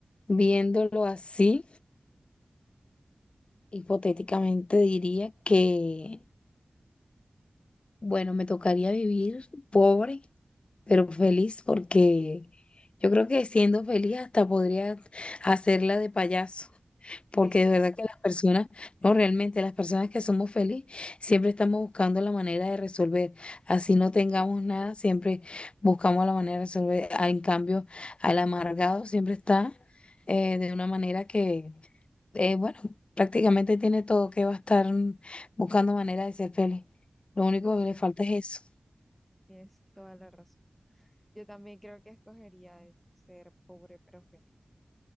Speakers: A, on the left; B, in the centre.
A: viéndolo así. Hipotéticamente diría que, bueno, me tocaría vivir pobre, pero feliz, porque yo creo que siendo feliz hasta podría hacerla de payaso, porque
B: Literal,
A: de verdad que las personas, no, realmente las personas que somos felices, siempre estamos buscando la manera de resolver. Así no tengamos
B: sí,
A: nada, siempre buscamos la manera de resolver. Ah, En cambio, al amargado siempre está eh, de una manera que eh, bueno, prácticamente tiene todo que va a estar mm, buscando manera de ser feliz. Lo único
B: total,
A: que le falta es eso.
B: tienes toda la razón. Yo también creo que escogería eso, ser pobre pero feliz.